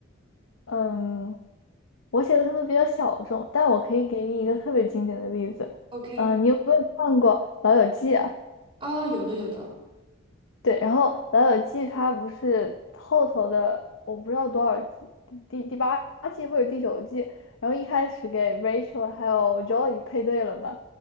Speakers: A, on the left; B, on the right.
A: 嗯，我写的可能比较小众，但我可以给你一个特别经典的例子。
B: ？OK，
A: 嗯，你有没有看过《老友记》啊？
B: 啊，有的，有的。
A: 对，然后《老友记》它不是后头的，我不知道多少季，第第八季或者第九季，然后一开始给 Rachel 还有 Joey 配对了嘛，